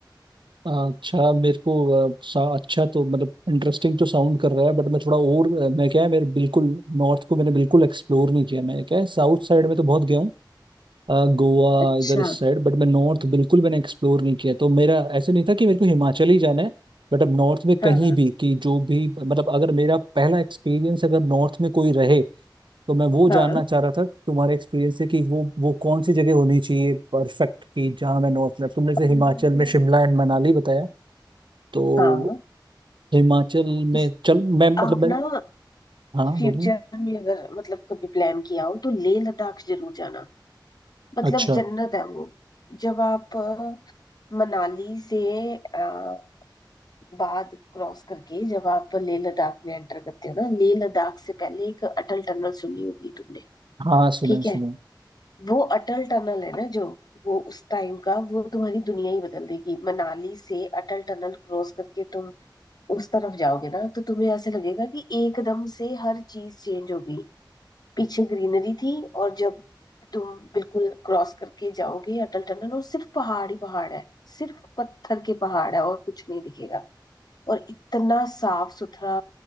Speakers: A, on the right (about 80°); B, on the left (about 55°).
A: अच्छा मेरे को अ, सा, अच्छा तो मतलब इंटरेस्टिंग तो साउंड कर रहा है बट मैं थोड़ा और अ, मैं क्या है मेरे बिल्कुल नॉर्थ को मैंने बिल्कुल एक्सप्लोर नहीं किया मैं क्या है साउथ साइड में तो बहुत गया हूँ अ, गोवा
B: अच्छा
A: इधर इस साइड बट मैं नॉर्थ बिल्कुल मैंने एक्सप्लोर नहीं किया तो मेरा ऐसे नहीं था कि मेरे को हिमाचल ही जाना है बट अब नॉर्थ में कहीं
B: हाँ हाँ
A: भी कि जो भी मतलब अगर मेरा पहला एक्सपीरियंस अगर नॉर्थ में कोई रहे तो मैं वो जानना
B: हाँ
A: चाह रहा था तुम्हारे एक्सपीरियंस से कि वो वो कौन सी जगह होनी चाहिए परफेक्ट कि जहाँ मैं नॉर्थ में तुमने से
B: और,
A: हिमाचल में शिमला एंड मनाली बताया तो
B: हाँ,
A: हिमाचल में
B: इस
A: चल मैं मतलब
B: आप
A: मैं
B: ना
A: हाँ
B: फ्यूचर
A: बोलिए
B: में अगर मतलब कभी प्लान किया हो तो लेह लद्दाख जरूर जाना मतलब
A: अच्छा
B: जन्नत है वो जब आप अ, मनाली से अ, बाद क्रॉस करके जब आप लेह लद्दाख में एंटर करते हो ना लेह लद्दाख से पहले एक अटल टनल सुनी होगी तुमने
A: हाँ सुना
B: ठीक
A: है, सुना
B: है
A: है।
B: वो अटल टनल है ना जो वो उस टाइम का वो तुम्हारी दुनिया ही बदल देगी मनाली से अटल टनल क्रॉस करके तुम उस तरफ जाओगे ना तो तुम्हें ऐसे लगेगा कि एकदम से हर चीज चेंज हो गई पीछे ग्रीनरी थी और जब तुम बिल्कुल क्रॉस करके जाओगे अटल टनल और सिर्फ पहाड़ ही पहाड़ है सिर्फ पत्थर के पहाड़ है और कुछ नहीं दिखेगा और इतना साफ सुथरा